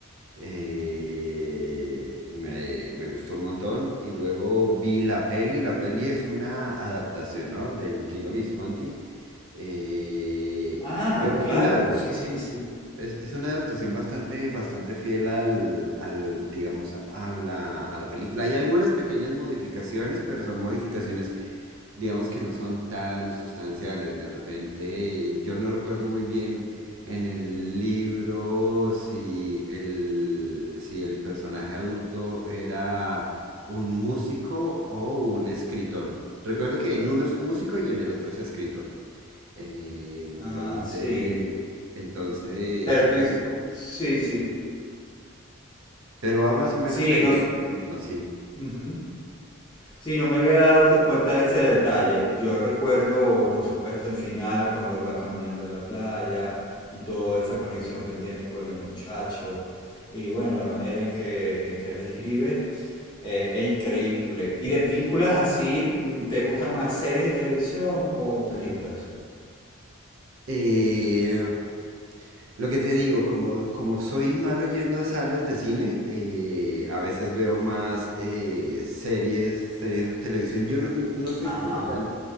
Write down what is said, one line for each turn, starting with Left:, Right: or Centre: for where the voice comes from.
Right: Eh, me, me gustó un montón y luego vi la peli. La peli es una adaptación, ¿no? De Luchino Visconti. eh,
Left: Ah,
Right: pero
Left: claro,
Right: es una, adap-
Left: sí, sí, sí.
Right: es, es una adaptación bastante, bastante fiel al, al, digamos, a la, a la película. Hay algunas pequeñas modificaciones, pero son modificaciones digamos que no son tan sustanciales. De repente, yo no recuerdo muy bien en el libro si el, si el personaje adulto era un músico o un escritor. Recuerdo que en uno es un músico y en el otro es escritor. Eh, entonces,
Left: Ah, sí.
Right: entonces,
Left: Pero tú
Right: pero,
Left: dices, sí, sí.
Right: pero va más o menos
Left: Sí,
Right: de,
Left: no. s-
Right: de lo mismo, sí.
Left: Ujú. Sí, no me había dado cuenta de ese detalle. Yo recuerdo, por supuesto, el final, cuando él va caminando en la playa y toda esa conexión que él tiene con el muchacho. Y bueno, la manera en que, en que él escribe eh, es increíble. ¿Y de películas así, mm, te gustan más series de televisión o películas?
Right: Eh, Lo que te digo, como, como soy malo yendo a salas de cine, eh, a veces veo más eh, series, series de televisión. Yo no, no soy
Left: Ajá,
Right: como tan,